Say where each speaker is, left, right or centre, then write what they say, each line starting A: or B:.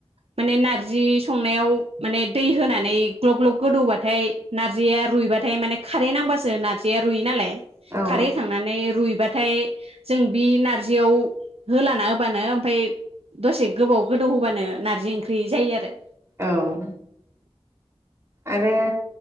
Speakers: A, on the right; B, on the right.
A: माने नारजि संनायाव माने दै होनानै ग्लब ग्लब गोदौबाथाय नारजिया रुइबाथाय माने खारै नांबासो नारजिया रुयो नालाय
B: औ
A: खारै होखांनानै रुइ बाथाय जों बि नारजियाव होलाना होबानो ओमफ्राय दसे गोबाव गोदौ होबानो नारजि ओंख्रि जायो आरो
B: ओउ। आरो